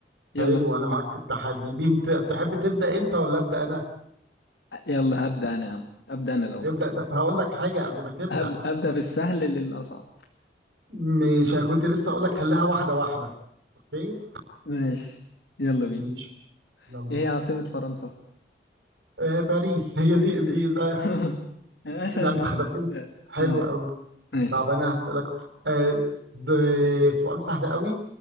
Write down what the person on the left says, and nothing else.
يلا
يلا هبدأ أنا يا عم أبدأ أنا الأول
هب... أبدأ بالسهل للأصعب
ماشي يلا بينا
إيه هي عاصمة فرنسا؟
<laughs>
أسهل
من
السهل
أه
ماشي